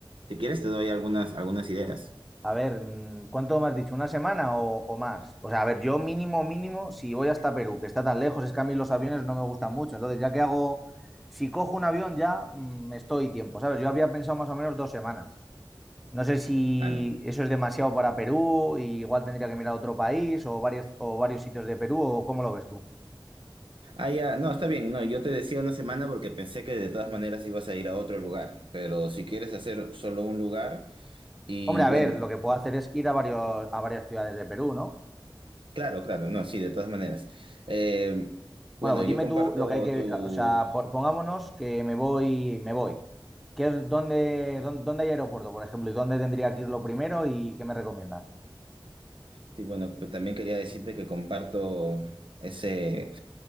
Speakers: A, on the right; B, in the centre.
A: si quieres te doy algunas, algunas ideas.
B: A ver, mm, ¿cuánto me has dicho? ¿Una semana o, o más? O sea, a ver, yo mínimo, mínimo, si voy hasta Perú, que está tan lejos, es que a mí los aviones no me gustan mucho. Entonces, ya que hago, si cojo un avión ya mm, me estoy tiempo, ¿sabes? Yo había pensado más o menos dos semanas. No sé si
A: Ah, no.
B: eso es demasiado para Perú, y igual tendría que mirar otro país o varios, o varios sitios de Perú, o cómo lo ves tú.
A: Ah, ya, no, está bien. No, yo te decía una semana porque pensé que de todas maneras ibas a ir a otro lugar. Pero si quieres hacer solo un lugar, y
B: Hombre, a
A: bueno,
B: ver, lo que puedo hacer es ir a varios, a varias ciudades de Perú, ¿no?
A: Claro, claro, no, sí, de todas maneras. Eh,
B: Bueno,
A: bueno,
B: pues
A: yo
B: dime
A: comparto
B: tú lo que hay que,
A: tu,
B: o sea, po- pongámonos que me voy, me voy. ¿Qué es- dónde, dónde, dónde hay aeropuerto, por ejemplo? ¿Y dónde tendría que ir lo primero y qué me recomiendas?
A: sí, bueno, pues también quería decirte que comparto ese,